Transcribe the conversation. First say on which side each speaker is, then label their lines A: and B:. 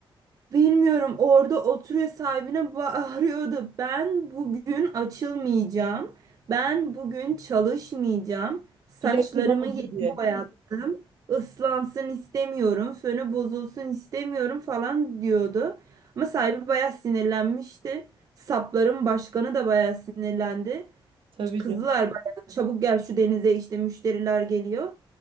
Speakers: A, on the right; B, on the right.
A: Bilmiyorum orada oturuyor sahibine bağırıyordu. Ben bugün açılmayacağım. Ben bugün çalışmayacağım. Saçlarımı
B: Platin oldu
A: yeni
B: diye.
A: boyattım. Islansın istemiyorum. Fönü bozulsun istemiyorum falan diyordu. Ama sahibi bayağı sinirlenmişti. Sapların başkanı da bayağı sinirlendi.
B: Tabii
A: Kızlar
B: canım.
A: bayağı çabuk gel şu denize işte müşteriler geliyor.